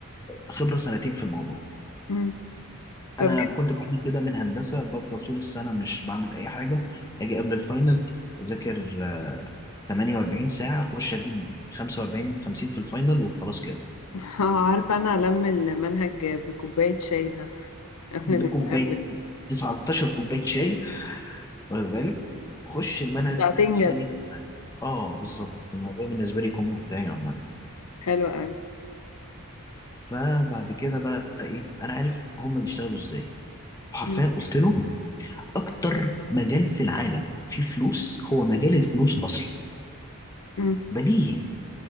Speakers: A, on the left; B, on the left.
A: خبره سنتين في الموضوع
B: مم. طب
A: انا
B: جميل
A: كنت بعاني كده من هندسه بفضل طول السنه مش بعمل اي حاجه اجي قبل الفاينل اذاكر آه، 48 ساعه اخش اجيب 45 من 50 في الفاينل وخلاص كده
B: <laughs> آه، عارفة انا الم المنهج بكوباية شاي ده <laughs> قبل
A: بكوبايه
B: الامتحان
A: 19 كوبايه شاي واخد بالك خش المنهج
B: بساعتين
A: في
B: جد
A: ثانيه اه بالظبط الموضوع بالنسبه لي يكون منتهي عامه
B: حلو قوي
A: فبعد كده بقى ايه انا عارف هم بيشتغلوا ازاي حرفيا
B: مم.
A: قلت له اكتر مجال في العالم فيه فلوس هو مجال الفلوس اصلا
B: مم.
A: بديهي